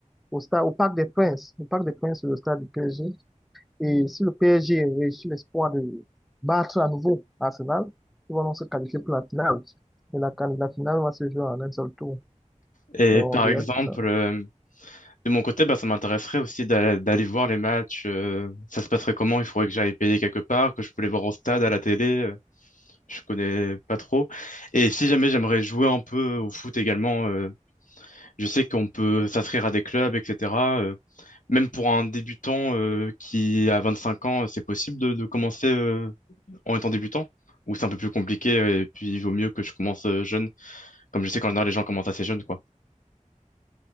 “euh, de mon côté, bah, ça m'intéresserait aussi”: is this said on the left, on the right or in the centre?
Left